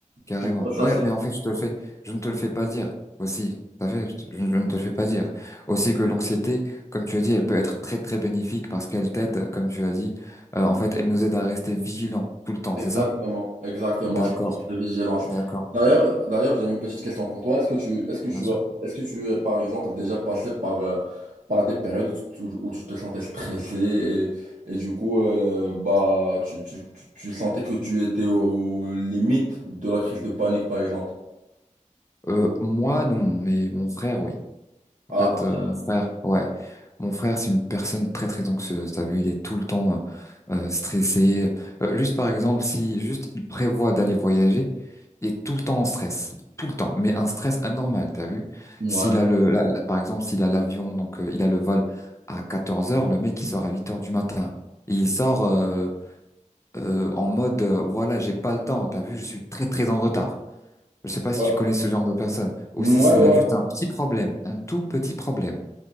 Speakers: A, on the left; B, on the right.
A: carrément.
B: Tu vois,
A: Ouais,
B: ça,
A: mais en fait, je te le fais, je ne te le fais pas dire aussi. Ça fait, je, te- je ne te le fais pas dire. Aussi que l'anxiété, comme tu as dit, elle peut être très très bénéfique parce qu'elle t'aide, comme tu as dit. Euh, en fait, elle nous aide à rester vigilants tout le temps,
B: Exactement,
A: c'est ça?
B: exactement,
A: D'accord,
B: c'est de vigilance.
A: d'accord,
B: D'ailleurs, d'ailleurs, j'ai une petite question pour toi. Est-ce que tu, est-ce que
A: bien
B: tu,
A: sûr.
B: as- est-ce que tu es, par exemple, déjà passé par, euh, par des périodes où tu, te- où tu te sentais stressé et, et du coup, euh, bah, tu, tu, tu, tu sentais que tu étais aux limites de la crise de panique, par exemple?
A: Euh, moi, non, mais mon frère, oui.
B: Ah,
A: En fait,
B: attends.
A: euh, mon frère, ouais, mon frère, c'est une personne très très anxieuse. T'as vu, il est tout le temps euh, euh, stressé. Euh, juste par exemple, si juste il prévoit d'aller voyager, il est tout le temps en stress, tout le temps, mais un stress anormal. T'as vu?
B: Ouais.
A: S'il a le, la- la- par exemple, s'il a l'avion, donc euh, il a le vol à 14 heures, le mec il sort à 8 heures du matin. Et il sort euh, euh, en mode, euh, voilà, j'ai pas le temps. T'as vu, je suis très très en retard. Je sais pas si
B: Ouais.
A: tu connais ce genre de personne. Aussi,
B: Ouais,
A: s'il
B: ouais.
A: a juste un petit problème, un tout petit problème.